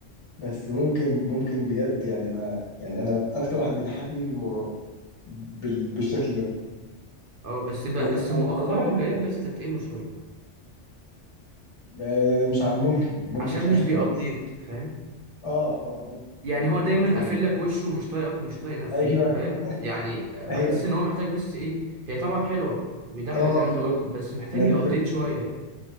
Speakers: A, on the left; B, on the right.
A: بس ممكن ممكن بجد يعني انا يعني انا اكتر واحد بيضحكني و... بال... بالشكل ده
B: اه بس ب...
A: وط...
B: بس مؤخرا
A: وطبعا بيومي
B: بقيت
A: فؤاد
B: بستتقله شوية
A: ما- مش ع- ممكن ممكن
B: عشان
A: في الاخر
B: مش بيأبديت
A: خالص
B: فاهم
A: اه اه ممكن
B: يعني
A: ممكن
B: هو دايما
A: بس
B: قافل لك وشه ومش طايقك ومش طايق نفسه
A: ايوه
B: فاهم
A: <laughs>
B: يعني بحس
A: ايوه
B: ان هو محتاج بس ايه هي طبعا حلوه وبيضحك
A: اه
B: زي ما
A: بالظبط
B: انت قلت بس محتاج
A: ما
B: يابديت
A: هي دي الفكره
B: شويه يعني